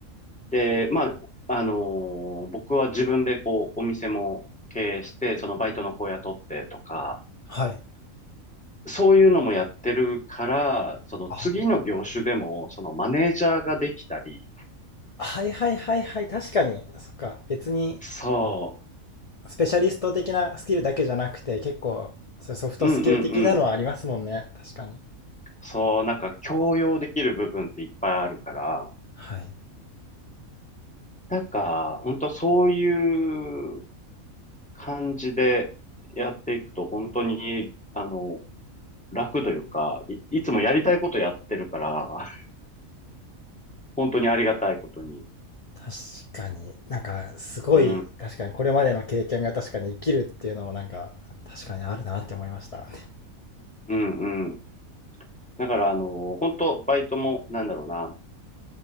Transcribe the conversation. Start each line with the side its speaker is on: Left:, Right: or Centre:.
Centre: で、まあ、あのー僕は自分でこう、お店も経営して、そのバイトの子雇ってとか、
Left: はい。
Centre: そういうのもやってるから、その次の業種でも、
Left: あ
Centre: そのマネージャーができたり、
Left: あ、はいはいはいはい、確かに、そっか、別に
Centre: そ
Left: スペシャリスト的なスキルだけじゃなくて、結構、そういうソフトスキル的なのはありますもんね、
Centre: う、うんうんうん。
Left: 確かに。
Centre: そう、なんか強要できる部分っていっぱいあるから、
Left: はい。
Centre: なんか、本当そういう感じでやっていくと、本当に、あの、楽というか、い、いつもやりたいことやってるから、<laughs> 本当にありがたいことに。
Left: 確かに、なんか、すごい、
Centre: うん、
Left: 確かにこれまでの経験が確かに生きるっていうのもなんか、確かにあるなって思いました。
Centre: うん、うん。だから、あの、本当バイトも、なんだろうな。